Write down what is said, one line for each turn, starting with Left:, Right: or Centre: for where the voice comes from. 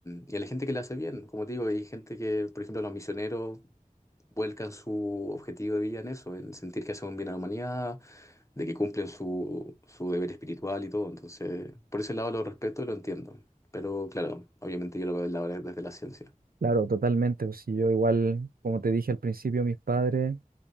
Left: y a la gente que la hace bien. Como te digo, hay gente que, por ejemplo, los misioneros vuelcan su objetivo de vida en eso, en sentir que hacen un bien a la humanidad, de que cumplen su, su deber espiritual y todo. Entonces, por ese lado lo respeto y lo entiendo. Pero claro, obviamente yo lo veo del lado de- desde la ciencia.
Right: Claro, totalmente. pues, Si yo igual, como te dije al principio, mis padres